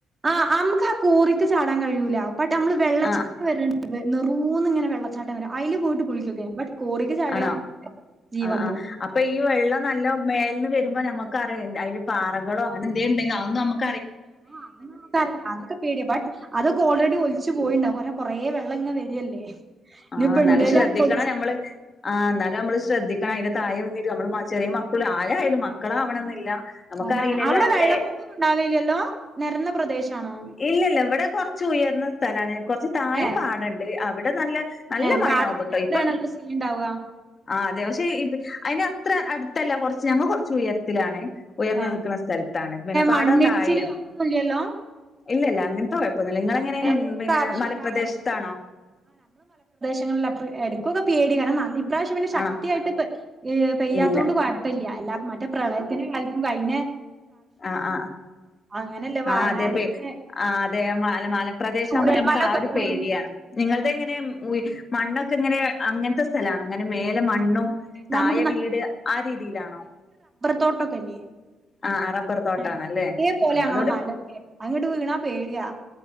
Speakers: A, on the right (about 25°); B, on the left (about 35°).
A: ആഹ് അംക്ക് ആ കോറീക്ക് ചാടാൻ കഴിയൂല ബട്ട് നമ്മള് വെള്ള
B: ആഹ്
A: <unintelligible> വര് നെറൂന്ന് ഇങ്ങനെ വെള്ളച്ചാട്ടം വര അയില് പോയിട്ട് കുളിക്ക്യൊക്കെ ബട്ട് കോറിക്ക് ചാടിയാ
B: ആണോ
A: ജീവൻ
B: ആ ആ
A: പോവും
B: അപ്പൊ ഈ വെള്ളം നല്ല മേൽന്ന് തരുമ്പോ ഞമുക്കറ്യോ അയ്‌ല് പാറകളോ അങ്ങനെ എന്തേൻണ്ടേൽ ഔന്നു അമ്മക്ക
A: ആഹ് അതൊന്നും നമുക്കറീല അതൊക്കെ പേടിയ ബട്ട് അതൊക്കെ ഓൾറെഡി ഒലിച്ച് പോയിണ്ടാവും ഒരം കൊറേ വെള്ളം ഇങ്ങ വരല്ലേ ഇനിയിപ്പോ
B: ആ ന്നാലും
A: ഇണ്ടേല്
B: ശ്രദ്ധിക്കണം
A: അതൊക്കെ ഒലിച്ചു
B: ഞമ്മള്.
A: പോവും
B: ആ ന്നാലും അമ്മള് ശ്രദ്ധിക്കണം. അയ്ൻ്റെ തായെ വന്നിട്ട് നമ്മളെ മ ചെറ്യേ മ ക്കള് ആരായാലും മക്കളാവണന്നില്ല. നമുക്കറിയില്ലല്ലോ
A: അതാണ് അവിടെ വെള്ളപ്പൊക്കൊന്നും
B: എ
A: ഉണ്ടാവില്ലല്ലോ നെരന്ന പ്രദേശാണോ
B: ഇല്ലല്ല ഇവിടെ കൊർച്ച് ഉയർന്ന സ്ഥലാണ്, കൊറച്ച് താഴെപ്പാടണ്ട്
A: ഏഹ്
B: അവിടെ നല്ല നല്ല
A: ഏഹ്
B: മഴയാവ്ട്ടോ
A: പാടത്തിന്റെ അവിടെയാണല്ലോ
B: ഇപ്പം
A: സീൻ ഇണ്ടാവാ
B: ആ അതെ പക്ഷെ ഇത് അയ്നത്ര അടുത്തല്ല കൊർച്ച് ഞങ്ങൾ കൊർച്ച് ഉയരത്തിലാണ് ഉയർന്നു
A: ഏഹ്
B: നിക്ക്ണ സ്ഥൽത്താണ്. പിന്നെ പാടം
A: മണ്ണിടിച്ചില്
B: താഴേയാണ്.
A: അതൊന്നും ഇല്ലല്ലോ
B: ഇല്ല ഇല്ല അങ്ങൻത്തെ കുഴ പ്പൊന്നുല്ല. ങ്ങണെങ്ങനെ
A: ഏതേലും
B: പിന്നെ
A: പ്രാവശ്യം
B: മലപ്രദേശത്താണോ?
A: ഇണ്ടായിനോ ഞങ്ങളല്ല പ്പ് എടുക്കൊക്കെ പേടിയേക്കാരം നല്ല ഇപ്രാവിശ്യം പിന്നെ ശക്തിയായിട്ട്
B: ആണോ
A: പെ പെയ്യാത്തോണ്ട്
B: ഇല്ല
A: കൊഴപ്പല്യ, എല്ലാ മറ്റേ പ്രളയത്തിൻ്റെ കാലത്തും കഴിഞ്ഞെ
B: ആആ
A: അങ്ങനല്ലേ വയനാട്ത്തെ
B: ആ അതെ പ്പേ.. ആ അതെ ആ മാല മാല പ്രദേശം
A: ചൂരൽമലൊക്കെ
B: ആവുമ്പോ നമുക്ക് ആ ഒരു
A: പോയിന്
B: പേടിയാണ്. നിങ്ങൾത് എങ്ങനെയെ ഉയ് മണ്ണൊക്കെ എങ്ങനെ അങ്ങൻത്തെ സ്ഥല അങ്ങനെ മേലെ മണ്ണും
A: നമുക്ക്
B: താഴെ വീട് ആ രീതിയിലാണോ?
A: തോട്ടൊക്കല്യേ
B: ആഹ് റബ്ബർ തോട്ടാണല്ലേ
A: ആ അതേപോലെ
B: ആഹ്
A: ങ്ങളെ
B: അതോണ്ട്
A: മലെക്ക്ണ. അങ്ങട്ട് വീണാ പേടിയാ